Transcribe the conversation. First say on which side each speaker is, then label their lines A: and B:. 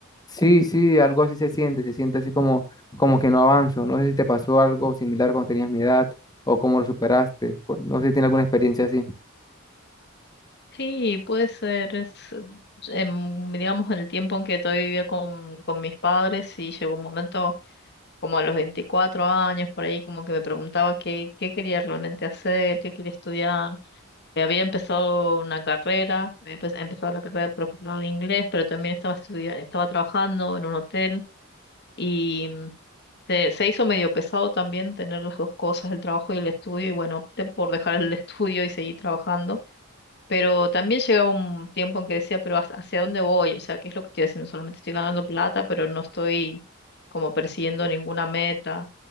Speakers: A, on the left; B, on the left.
A: Sí, <laughs> sí, algo así se siente, se siente así como, como que no avanzo. No sé si te pasó algo similar cuando tenías mi edad o cómo lo superaste. cu- No sé si tienes alguna experiencia así.
B: Sí, puede ser, es, en, digamos, en el tiempo en que todavía vivía con, con mis padres y llegó un momento como a los 24 años, por ahí, como que me preguntaba qué, qué quería realmente hacer, qué quería estudiar. Eh, Había empezado una carrera, había empe- empezado la carrera de profesor de inglés, pero también estaba estudia- estaba trabajando en un hotel y mm, se, se hizo medio pesado también tener las dos cosas, el trabajo y el estudio, y bueno, opté por dejar el <laughs> estudio y seguir trabajando pero también llegaba un tiempo en que decía, pero ¿hacia hacia dónde voy? O sea, ¿qué es lo que estoy haciendo? Solamente estoy ganando plata, pero no estoy como persiguiendo ninguna meta.